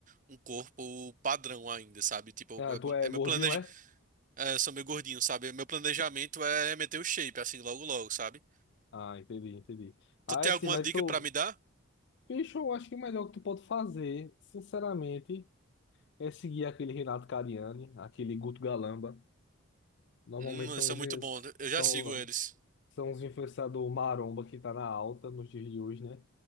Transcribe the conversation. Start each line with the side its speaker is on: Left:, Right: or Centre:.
Right: um corpo padrão ainda, sabe? Tipo,
Left: Ah,
Right: eu-
Left: tu é
Right: é meu
Left: gordinho,
Right: planejamento
Left: é?
Right: é, eu sou meio gordinho, sabe? Meu planejamento é meter o shape, assim, logo logo, sabe?
Left: Ah, entendi, entendi. Ah,
Right: Tu tem
Left: é sim,
Right: alguma
Left: mas
Right: dica
Left: tu.
Right: para me dar?
Left: Bicho, eu acho que o melhor que tu pode fazer, sinceramente, é seguir aquele Renato Cariani, aquele Guto Galamba. Normalmente
Right: Hum, eles
Left: são
Right: são
Left: os.
Right: muito bons, eu já
Left: São,
Right: sigo eles.
Left: são os influenciadores maromba que tá na alta nos dias de hoje, né?